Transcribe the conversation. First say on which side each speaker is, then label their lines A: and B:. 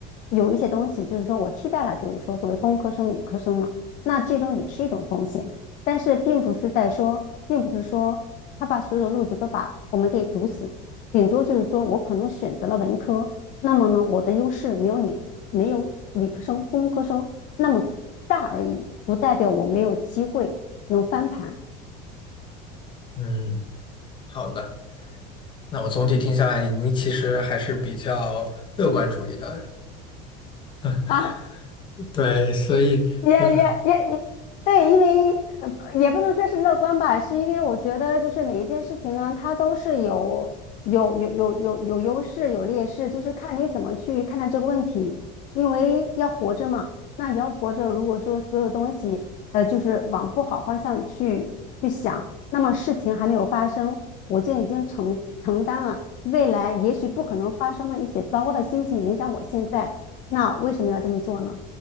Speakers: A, on the left; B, on the left.
A: 有一些东西就是说我替代了，就是说作为工科生、理科生了，那这种也是一种风险，但是并不是在说，并不是说他把所有的路子都把我们给堵死。顶多就是说我可能选择了文科，那么呢，我的优势没有你没有理科生、工科生那么大而已，不代表我没有机会能翻盘
B: 嗯，好的。那我总体听下来，你你其实还是比较乐观主义的人，<laughs>
A: 啊。<laughs>
B: 对，所以那个
A: 也也也也，对，因为呃也不能说是乐观吧，是因为我觉得就是每一件事情呢，它都是有有有有有有优势有劣势，就是看你怎么去看待这个问题。因为要活着嘛，那你要活着，如果说所有东西呃就是往不好方向去去想，那么事情还没有发生，我就已经承承担了未来也许不可能发生的一些糟糕的心情影响我现在，那为什么要这么做呢？